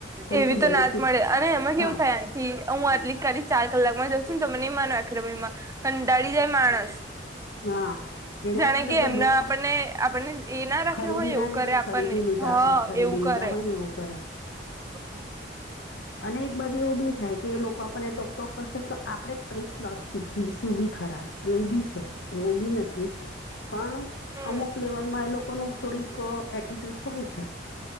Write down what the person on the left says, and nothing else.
પણ
તું
બેન્કિંગ
હા
હા એના
કરતાં
જો
બે
ખરીદીના
લીધે
ખરીદી લીધા
હોય ખરીદી
લીધા
હોય ને એવું કરે.
અને એક બાજુ એવું બી થાય કે એ લોકો આપણને ટોકટોક કરશે, તો આપણેે કંઈક પ્લસ શીખી શું બી ખરા. એવું બી છે, એવું બી નથી. પણ
અમુક લેવલમાં એ લોકોનું થોડીક એટિટ્યુટ હોય છે.